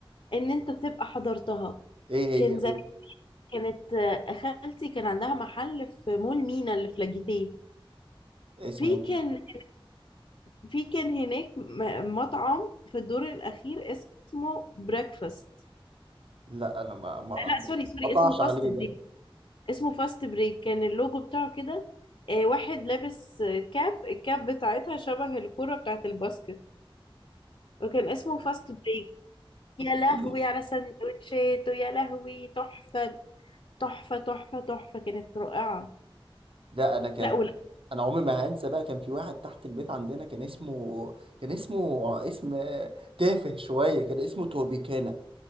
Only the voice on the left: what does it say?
ان انت تبقى حضرتها
كان
كانت آه، خالتي كان عندها محل في مول مينا اللي في لاجيتيه
في كان
في كان هناك م- مطعم في الدور الأخير اسمه بريكفاست
لا
سوري سوري
اسمه فاست
بريك اسمه فاست بريك كان اللوجو بتاعه كده آه، واحد لابس آه، كاب الكاب بتاعتها شبه الكرة بتاعت الباسكت وكان اسمه فاست بريك يا لهوي
على سندوتشات ويا لهوي تحفة تحفة تحفة تحفة كانت رائعة
لا ولا